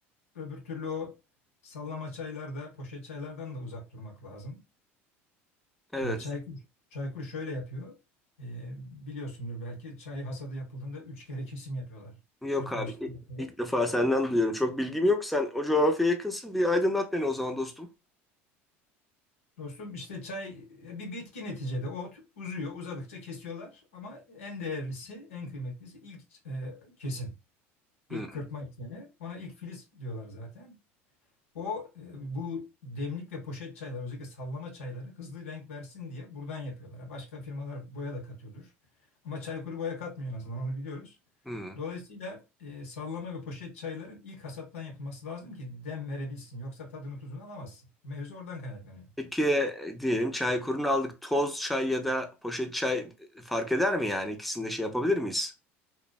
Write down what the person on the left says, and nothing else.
Öbür türlü o sallama çaylarda, poşet çaylardan da uzak durmak lazım.
Ee, Çaykur, Çaykur şöyle yapıyor. Ee, biliyorsundur belki çay hasadı yapıldığında üç kere kesim yapıyorlar.
Kırpma
işlemi
yapıyorlar.
Dostum işte çay e, bir bitki neticede. O t- uzuyor, uzadıkça kesiyorlar. Ama en değerlisi, en kıymetlisi ilk e, kesim.
İlk kırpma işlemi. Ona ilk filiz diyorlar zaten. O e, bu demlik ve poşet çaylar, özellikle sallama çayları hızlı renk versin diye buradan yapıyorlar. Ha, Başka firmalar boya da katıyordur. Ama Çaykur boya katmıyor en azından onu biliyoruz.
Dolayısıyla e, sallama ve poşet çayların ilk hasattan yapılması lazım ki dem verebilsin. Yoksa tadını tuzunu alamazsın. Mevzu oradan kaynaklanıyor.